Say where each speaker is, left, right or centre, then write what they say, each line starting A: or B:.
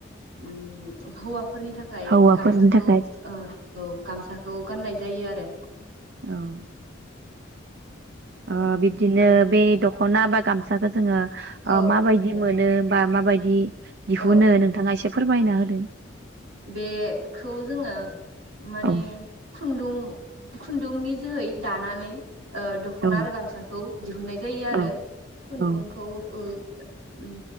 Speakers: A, on the right (about 85°); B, on the right (about 55°).
A: उम हौवा फोरनि थाखाय
B: हौवाफोरनि
A: गामसाखौ
B: थाखाय
A: ओ औ गामसा खौ गाननाय जायो आरो।
B: औ ओ
A: ओम
B: बिबदिनो
A: ओम
B: बे दख ख'ना बा गामसाखो जोङो ओ
A: औ
B: माबायदि
A: ओ
B: मोनो बा माबाय दि दिहुनो
A: ओ
B: नोंथाङा एसे फोरमायना होदो।
A: बेखौ जोङो माने
B: औ
A: खुन्दुं खुन्दुंनि जोहै दानानै ओ दख'ना
B: औ
A: आरो गामसाखौ दिहुनाय जायो आरो
B: औ
A: खुन्दुंखौ
B: औ
A: ओ ओ उम